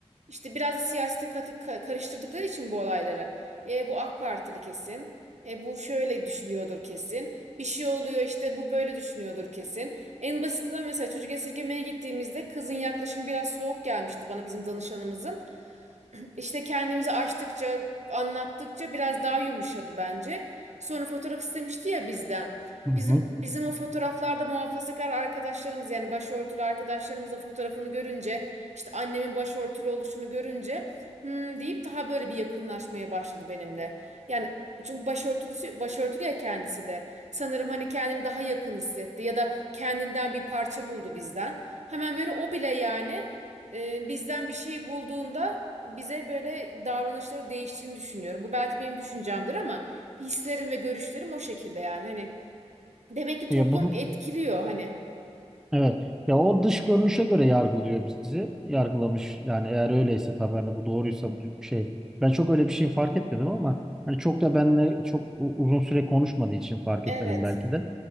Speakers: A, on the right; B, in the centre.
A: İşte biraz da siyasete katı ka- karıştırdıkları için bu olayları. E, bu AK Partili kesin. E, bu şöyle düşünüyordur kesin. Bir şey oluyor işte bu böyle düşünüyordur kesin. En basitinden mesela çocuk esirgemeye gittiğimizde kızın yaklaşımı biraz soğuk gelmişti bana bizim danışanımızın. İşte kendimizi açtıkça, anlattıkça biraz daha yumuşadı bence. Sonra fotoğraf istemişti ya bizden.
B: Hı hı.
A: Bizim bizim o fotoğraflarda muhafazakar arkadaşlarımız yani başörtülü arkadaşlarımızla fotoğrafını görünce işte annemin başörtülü oluşunu görünce hmm deyip daha böyle bir yakınlaşmaya başladı benimle. Yani çünkü başörtülüsü başörtülü ya kendisi de. Sanırım hani kendini daha yakın hissetti ya da kendinden bir parça buldu bizden. Hemen böyle o bile yani e, bizden bir şey bulduğunda bize böyle davranışları değiştiğini düşünüyorum. Bu belki benim düşüncemdir ama hislerim ve görüşlerim o şekilde yani. Hani demek ki toplum
B: Ya bunu
A: etkiliyor hani.
B: evet. Ya o dış görünüşe göre yargılıyor bizi. Yargılamış yani eğer öyleyse tabii hani bu doğruysa bu şey. Ben çok öyle bir şey fark etmedim ama hani çok da benle çok u- uzun süre konuşmadığı için fark
A: Evet,
B: etmedim belki de.